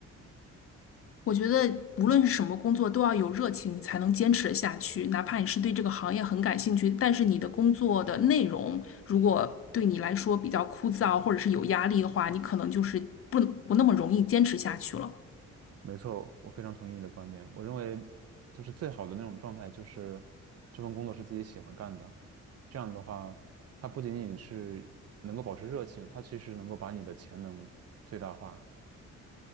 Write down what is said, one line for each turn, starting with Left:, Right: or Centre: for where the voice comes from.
Left: 我觉得无论是什么工作，都要有热情，你才能坚持得下去。哪怕你是对这个行业很感兴趣，但是你的工作的内容如果对你来说比较枯燥，或者是有压力的话，你可能就是不不那么容易坚持下去了。
Right: 没错，我非常同意你的观点。我认为，就是最好的那种状态，就是这份工作是自己喜欢干的。这样的话，它不仅仅是能够保持热情，它其实能够把你的潜能最大化。